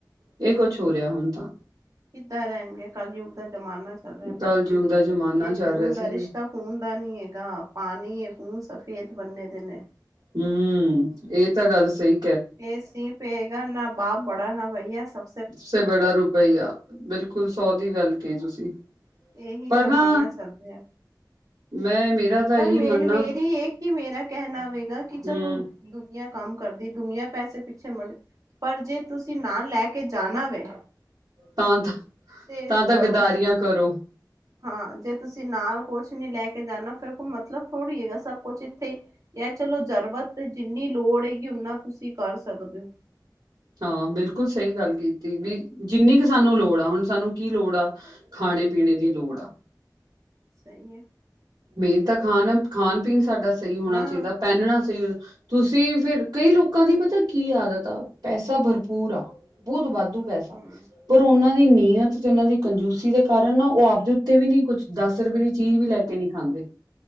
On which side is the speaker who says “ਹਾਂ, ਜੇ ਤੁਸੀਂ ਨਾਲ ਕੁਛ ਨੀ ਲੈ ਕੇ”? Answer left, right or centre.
Right